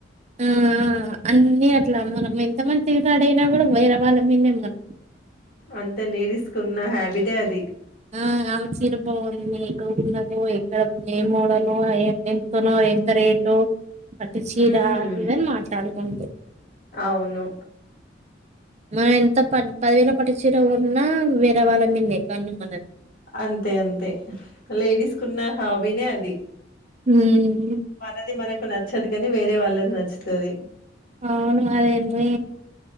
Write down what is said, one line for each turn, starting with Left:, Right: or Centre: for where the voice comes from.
Right: ఆ అన్ని అట్లా మనం ఎంత మంది అడ అయినా కూడా వేరే వాళ్ళ మీదే మనం
Left: ఆం అ లేడీస్ కు ఉన్న హ్యాబిటే అది
Right: ఆ ఆ చీర బావంది ఇక్కడ ఉన్నదు ఎక్కడ ఏ మోడల్ ఎంతనో ఎంత రేటు అట్ చీరా
Left: హ్మ్
Right: ఇదన్ మాట్లాడు ఉంట
Left: అవును
Right: మనం ఎంత ప పదివేలో పటించర ఉన్నా వేరే వాళ్ళ మీదే కాన్నా మన
Left: అంతే అంతే లేడీస్ కున్న హాబీనే అది
Right: హ్మ్
Left: మనది మనకు నచ్చదు కాని వేరే వాళ్ళది నచ్చుతుది
Right: అవును అదేంటే